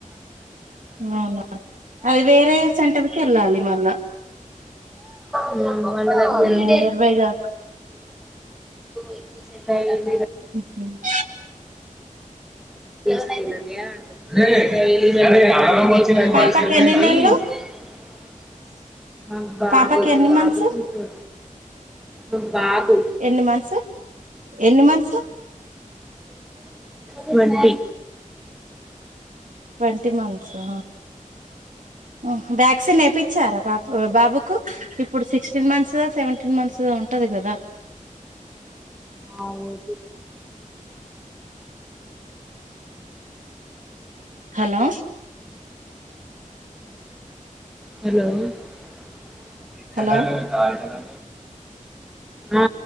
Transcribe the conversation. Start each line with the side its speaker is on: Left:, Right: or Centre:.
Right: అవునా అది వేరే సెంటర్కి వెళ్ళాలి మళ్ళా
Centre: <unintelligible> <unintelligible> రోజు
Right: నియర్ బై గా
Centre: ఎక్ససైజ్ <unintelligible>
Right: అ
Centre: <inaudible> <inaudible> తెచ్చి
Right: పాపకి ఎన్ని
Centre: ఇవండీ
Right: నెలలు
Centre: మ బాబు
Right: పాపకి ఎన్ని మంత్స్
Centre: బాబుకి అ బాగు
Right: ఎన్ని మంత్స్ ఎన్ని మంత్స్
Centre: ట్వంటీ
Right: ట్వంటీ మంత్సా హెన్ వ్యాక్సిన్ ఎపిచ్చారా బప బాబుకు ఇప్పుడు సిక్స్టీన్ మంత్స్ సెవెంటీన్ మంత్స్ ఉంటది కదా
Centre: అవును ఎపి
Right: హలో
Centre: హలో <unintelligible>
Right: హలో
Centre: ఆడుతరా ఆ